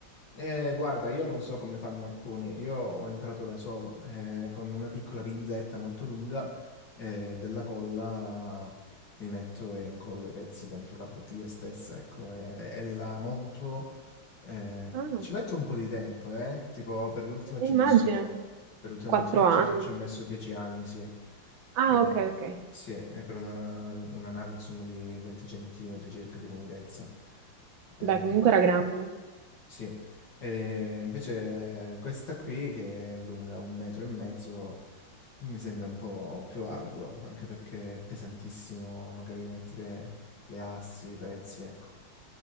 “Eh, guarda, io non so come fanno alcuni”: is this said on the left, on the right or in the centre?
Left